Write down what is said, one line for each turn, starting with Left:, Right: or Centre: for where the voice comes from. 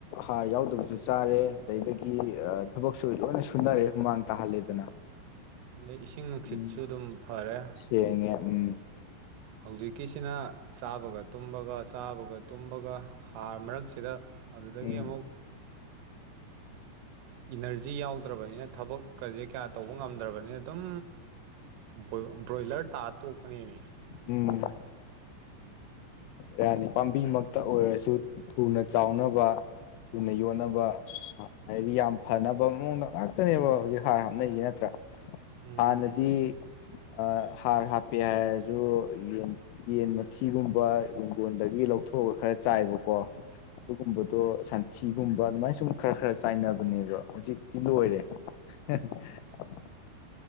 Left: ꯍꯥꯔ ꯌꯥꯎꯗꯕꯤꯖꯨ ꯆꯥꯔꯦ ꯑꯗꯩꯗꯒꯤ ꯑ ꯊꯕꯛꯁꯨ ꯂꯣꯏꯅ ꯁꯨꯅꯔꯦ ꯍꯨꯃꯥꯡ ꯇꯥꯍꯜꯂꯦꯗꯅ꯫
Right: ꯑꯗꯩ ꯏꯁꯤꯡ ꯅꯨꯡꯁꯤꯠꯁꯨ
Left: ꯎꯝ
Right: ꯑꯗꯨꯝ ꯐꯔꯦ
Left: ꯁꯦꯡꯉꯦ ꯎꯝ
Right: ꯍꯧꯖꯤꯛꯀꯤꯁꯤꯅ ꯆꯥꯕꯒ ꯇꯨꯝꯕꯒ ꯆꯥꯕꯒ ꯇꯨꯝꯕꯒ ꯍꯥꯔ ꯃꯔꯛꯁꯤꯗ ꯑꯗꯨꯗꯒꯤ
Left: ꯎꯝ
Right: ꯑꯃꯨꯛ ꯏꯅꯔꯖꯤ ꯌꯥꯎꯗ꯭ꯔꯕꯅꯤꯅ ꯊꯕꯛ ꯀꯖꯦ ꯀꯌꯥ ꯇꯧꯕ ꯉꯝꯗ꯭ꯔꯕꯅꯤꯅ ꯇꯨꯝ ꯕꯣꯌꯣ ꯕ꯭ꯔꯣꯏꯂꯔ ꯇꯥꯔ ꯇꯣꯛꯄꯅꯦꯃꯤ꯫
Left: ꯎꯝ꯫ ꯕꯦꯔꯥꯅꯤ ꯄꯥꯝꯕꯤꯃꯛꯇ ꯑꯣꯏꯔꯁꯨ ꯊꯨꯅ ꯆꯥꯎꯅꯕ꯫ ꯊꯨꯅ ꯌꯣꯟꯅꯕ꯫ ꯍꯥꯏꯗꯤ ꯌꯥꯝ ꯐꯅꯕ ꯃꯑꯣꯡꯗ ꯉꯥꯛꯇꯅꯦꯕ ꯍꯧꯖꯤꯛ ꯍꯥꯔ ꯍꯥꯞꯅꯩꯖꯦ ꯅꯠꯇ꯭ꯔꯥ꯫
Right: ꯎꯝ
Left: ꯍꯥꯟꯅꯗꯤ ꯑ ꯍꯥꯔ ꯍꯥꯞꯄꯦ ꯍꯥꯏꯔꯖꯨ ꯌꯦꯟ ꯌꯦꯟ ꯃꯊꯤꯒꯨꯝꯕ ꯌꯦꯡꯒꯣꯟꯗꯒꯤ ꯂꯧꯊꯣꯛꯑꯒ ꯈꯔ ꯆꯥꯏꯕꯀꯣ꯫ ꯑꯗꯨꯒꯨꯝꯕꯗꯣ ꯁꯟꯊꯤꯒꯨꯝꯕ ꯑꯗꯨꯃꯥꯏꯅ ꯁꯨꯝ ꯈꯔ ꯈꯔ ꯆꯥꯏꯅꯕꯅꯦꯕ ꯍꯧꯖꯤꯛꯇꯤ ꯂꯣꯏꯔꯦ꯫ <unintelligible>